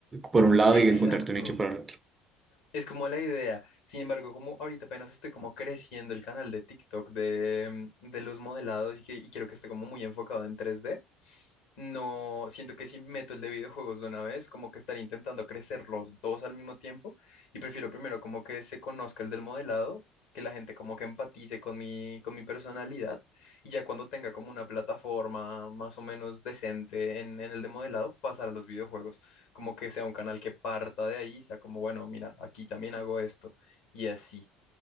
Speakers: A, on the right (about 25°); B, on the left (about 65°).
A: por un lado
B: Exacto.
A: y encontrar tu nicho por el otro.
B: Es como la idea. Sin embargo, como ahorita apenas estoy como creciendo el canal de TikTok de, mm, de los modelados y, que, y quiero que esté como muy enfocado en tres d no, siento que si meto el de videojuegos de una vez, como que estaré intentando crecer los dos al mismo tiempo y prefiero primero como que se conozca el del modelado, que la gente como que empatice con mi, con mi personalidad y ya cuando tenga como una plataforma más o menos decente en, en el de modelado, pasar a los videojuegos, como que sea un canal que parta de ahí, sea como, bueno, mira, aquí también hago esto y así.